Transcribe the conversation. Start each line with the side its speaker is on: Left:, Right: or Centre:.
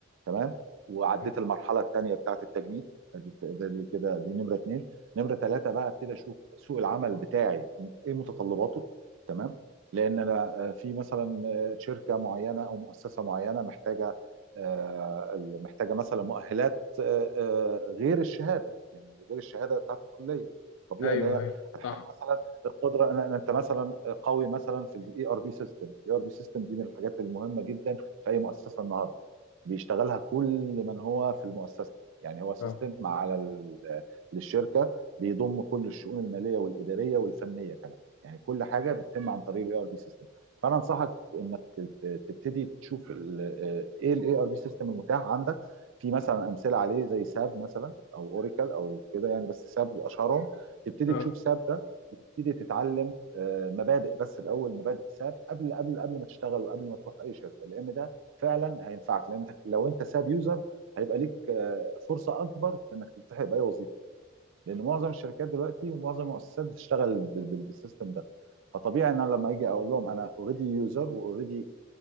Right: تمام وعديت
Left: تمام
Right: المرحله الثانيه بتاعت التجنيد ادي ده دي كده دي نمره اثنين نمره ثلاثه بقى ابتدي اشوف سوق العمل بتاعي ايه متطلباته تمام لان انا آه، في مثلا آه، شركه معينه او مؤسسه معينه محتاجه آه، محتاجه مثلا مؤهلات آه، آه، غير الشهاده يعني غير الشهاده بتاعت الكليه طبيعي
Left: ايوه
Right: ان هي
Left: ايوه
Right: هتحتاج
Left: صح
Right: مثلا القدره ان إن انت مثلا قوي مثلا في الاي ار بي سيستم الاي ار بي سيستم دي من الحاجات المهمه جدا في اي مؤسسه النهارده بيشتغلها كل من هو في المؤسسه يعني هو سيستم
Left: اه
Right: على ال- للشركه بيضم كل الشؤون الماليه والاداريه والفنيه كمان يعني كل حاجه بتتم عن طريق الاي ار بي سيستم فانا انصحك انك ت- تبتدي تشوف ال- ايه الاي ار بي سيستم المتاح عندك في مثلا امثله عليه زي ساب مثلا او اوراكل او كده يعني بس ساب اشهرهم تبتدي
Left: اه
Right: تشوف ساب ده وتبتدي تتعلم آه، مبادئ بس الاول مبادئ ساب قبل قبل قبل ما تشتغل وقبل ما تروح اي شركه لان ده فعلا هينفعك لان انت لو انت ساب يوزر هيبقى ليك آه، فرصه اكبر في انك تلتحق باي وظيفه لان معظم الشركات دلوقتي ومعظم المؤسسات بتشتغل بال- بال- بالسيستم ده فطبيعي ان انا لما اجي اقول لهم انا اوريدي يوزر واوريدي